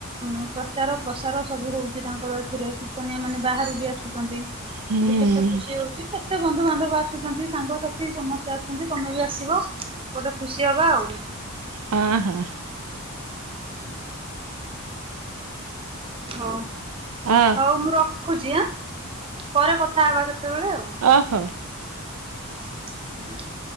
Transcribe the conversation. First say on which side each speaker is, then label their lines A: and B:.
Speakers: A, on the right; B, on the right.
A: ଉଁ ପ୍ରଚାର ପ୍ରସାର ସବୁ ହଉଚି ତାଙ୍କର ଏଥିରେ କୀର୍ତ୍ତନିଆ ମାନେ ବାହାରୁ ବି ଆସୁଚନ୍ତି।
B: ହୁଁ
A: <unintelligible> କେତେ ଖୁସି ହଉ କେତେ ବନ୍ଧୁବାନ୍ଧବ ଆସୁଛନ୍ତି ସାଙ୍ଗସାଥି ସମସ୍ତେ ଆସୁଛନ୍ତି ତମେ ବି ଆସିବ। ଗୋଟେ ଖୁସି ହବା ଆଉ।
B: ହ ହଁ!
A: ହଉ
B: ଅ
A: ହଉ ମୁଁ ରଖୁଚି ଆଁ ପରେ କଥା ହେବା କେତେବେଳେ ଆଉ।
B: ଅହ।
A: <unintelligible>